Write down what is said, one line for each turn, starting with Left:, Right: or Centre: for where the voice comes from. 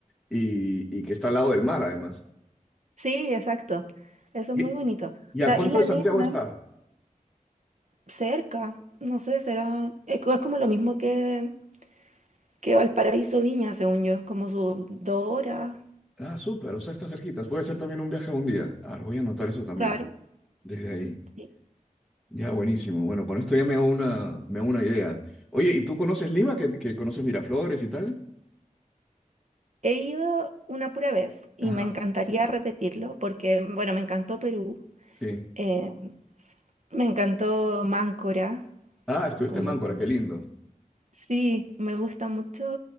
Centre: Y, y que está al lado del mar, además.
Right: Sí, exacto. Eso
Centre: ¿Y,
Right: es muy bonito.
Centre: y
Right: O sea,
Centre: a cuánto
Right: Isla
Centre: de Santiago
Right: Negra no
Centre: está?
Right: es cerca. No sé, será. Es co- es como lo mismo que, que Valparaíso Viña, según yo, como sus dos horas.
Centre: Ah, súper, o sea, está cerquita Puede ser también un viaje a un día. A ver, voy a anotar eso también,
Right: Claro,
Centre: desde ahí.
Right: sí.
Centre: Ya, buenísimo. Bueno, con esto ya me hago una, me hago una idea. Oye, ¿y tú conoces Lima? ¿Que, que conoces Miraflores y tal?
Right: He ido una pura vez y
Centre: Ajá,
Right: me encantaría repetirlo porque, bueno, me encantó Perú.
Centre: sí.
Right: eh, Me encantó Máncora,
Centre: Ah, estuviste
Right: como
Centre: en Máncora, qué lindo.
Right: sí, me gusta mucho